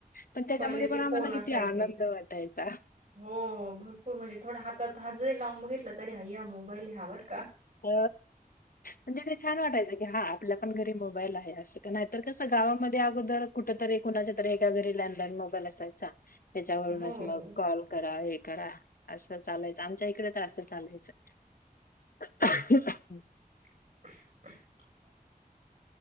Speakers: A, on the left; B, on the right.
A: पण त्याच्यामध्ये
B: पहिले
A: पण
B: ते
A: आम्हाला
B: फोन असायचे
A: किती आनंद वाटायचा.
B: हो हो भरपूर म्हणजे थोडा हातात हात जरी लावून बघितलं, तरी आय्या मोबाईल ह्यावर
A: अ म्हणजे ते छान! वाटायचं. क हा आपल्या पण घरी मोबाईल आहे असं नाही तर, कसं गावामध्ये अगोदर कुठं तरी कुणाच्या तरी एका घरी लँडलाईन मोबाईल असायचा त्याच्या वरूनचं
B: हो
A: मग
B: हो
A: कॉल करा हे करा. असं चालायचं आमच्या इकडे तर असं चालायचं. <unintelligible>
B: <unintelligible>